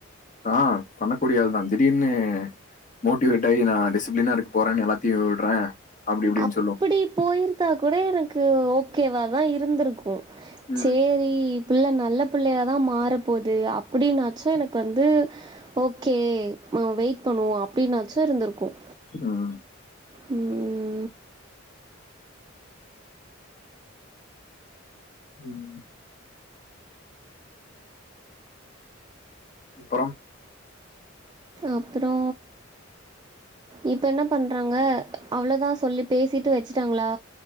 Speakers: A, on the left; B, on the right.
A: ஆ பண்ணக்கூடிய ஆள் தா திடீர்னு மோட்டிவேட் ஆயி நா டிசிப்ளினா இருக்க போறேன் எல்லாத்தையும் விட்ற அப்டி இப்டின்
B: அப்படி போயிருந்தா கூட எனக்கு ஓகேவாதா இருந்திருக்கும்
A: ம்
B: சேரி பிள்ள நல்ல புள்ளையாதா மாறப்போது அப்படின்னாச்சும் எனக்கு வந்து ஓகே நம்ம வெயிட் பண்ணுவோம் அப்படின்னாச்சும் இருந்திருக்கும்
A: ம்
B: ம் ம்
A: ம் அப்பறம்
B: அப்புறோ இப்ப என்ன பண்றாங்க அவ்ளோதா சொல்லி பேசிட்டு வச்சுட்டாங்ளா